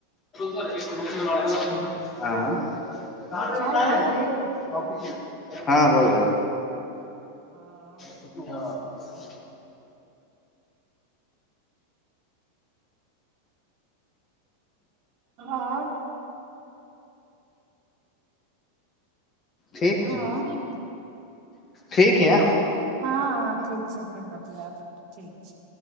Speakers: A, on the left (about 25°); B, on the right (about 40°).
A: आँ कहाँ गये बताय
B: चाय भऽ
A: नहीं
B: गेल
A: कॉफी हाँ भऽ गेल
B: हाँ
A: हँ <inaudible>
B: आओर
A: ठीक
B: हँ
A: छै ठीक या
B: हँ हँ ठीक छै फेर बतियाब ठीक छै